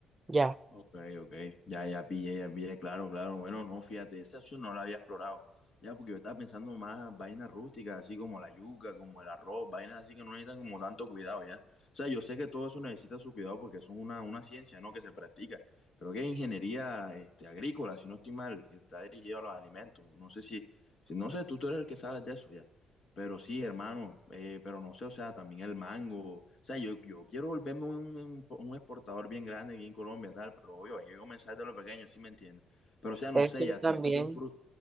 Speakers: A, on the right; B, on the left.
A: ¿ya?
B: Ok, ok, ya, ya pillé, ya pillé, claro, claro, bueno, no, fíjate, esa opción no la había explorado, ya, porque yo estaba pensando más vainas rústicas, así como la yuca, como el arroz, vainas así que no necesitan como tanto cuidado, ya, o sea, yo sé que todo eso necesita su cuidado porque eso es una, una ciencia, ¿no?, que se practica, creo que es ingeniería, este, agrícola, si no estoy mal, que está dirigida a los alimentos, no sé si, si no sé, tú, tú eres el que sabes de eso, ya. Pero sí, hermano, eh, pero no sé, o sea, también el mango. O sea, yo, yo quiero volverme un, un- un exportador bien grande aquí en Colombia, tal, pero obvio, hay que comenzar de lo pequeño, ¿sí me entiendes? Pero, o sea, no
A: Eso
B: sé, ya,
A: también,
B: ¿tú, tú qué fru-